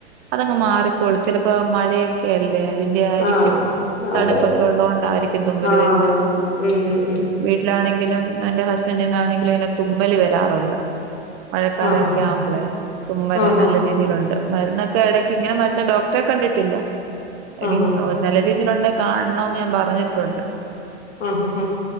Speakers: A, on the right; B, on the left.
A: അതങ്ങ് മാറിക്കോളൂ ചെല ഇപ്പ മഴയൊക്കെ അല്ലേ അതിന്റെ ആയിരിക്കും
B: ആഹ്
A: തണുപ്പൊക്കെ
B: അതെ അതെ
A: ഒള്ള ണ്ടായിരിക്കും തുമ്മല്
B: ആഹ്
A: വരുന്നേ
B: ഉം ഉം ഉം.
A: വീട്ടിലാണെങ്കിലും എന്റെ ഹസ്ബൻഡിനാണെങ്കിലും ഇങ്ങനെ തുമ്മല് വരാറുണ്ട്. മഴക്കാലൊക്കെ
B: ആഹ് ഹാ
A: ആമ്പ്ളെ തുമ്മല്
B: ഹാ ആഹ് ഹാ
A: നല്ല രീതിയിലൊണ്ട്. മരുന്നൊക്കെ എടക്ക് ഇങ്ങനെ മരുന്ന് ഡോക്ടറെ കണ്ടിട്ടില്ല
B: ഹാ
A: ഇനി
B: ആഹ് ഹാ ഹാ
A: നല്ല രീതിൽ ഒണ്ടങ്കി കാണണൊന്ന് ഞാൻ പറഞ്ഞിട്ടൊണ്ട്.
B: ആഹ്ആഹ്